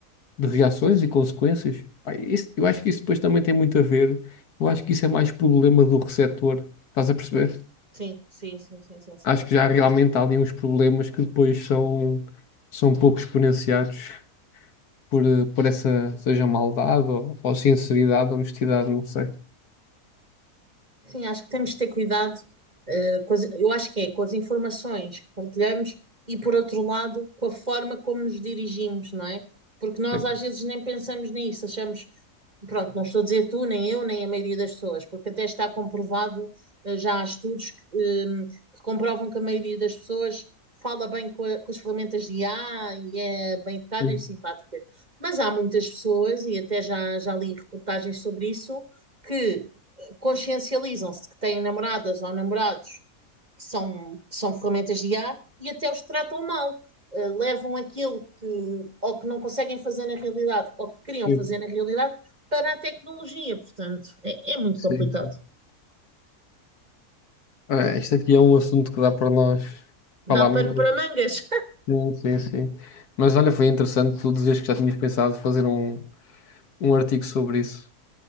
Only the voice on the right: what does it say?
sim, sim, sim, sim, sim, sim.
Sim, acho que temos de ter cuidado, eh, com as- eu acho que é com as informações que partilhamos e, por outro lado, com a forma como nos dirigimos, não é? Porque nós
às vezes nem pensamos nisso, achamos Pronto, não estou a dizer tu, nem eu, nem a maioria das pessoas, porque até está comprovado, eh, já há estudos que, eh, que comprovam que a maioria das pessoas fala bem com, a- com as ferramentas de IA e é bem educada
e simpática. Mas há muitas pessoas, e até já, já li reportagens sobre isso, que eh, consciencializam-se de que têm namoradas ou namorados que são, que são ferramentas de IA e até os tratam mal. Eh, levam aquilo que, ou que não conseguem fazer na realidade, ou que queriam
fazer na realidade, para a tecnologia, portanto, é, é muito
complicado.
Dá pano para mangas. <laughs>